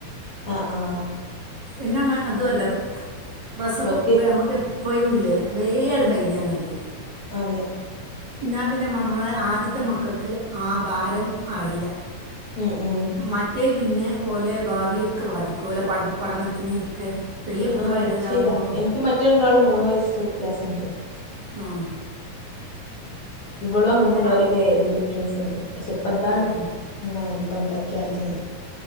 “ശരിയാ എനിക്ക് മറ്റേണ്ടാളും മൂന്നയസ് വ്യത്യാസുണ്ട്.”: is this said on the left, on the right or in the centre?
Left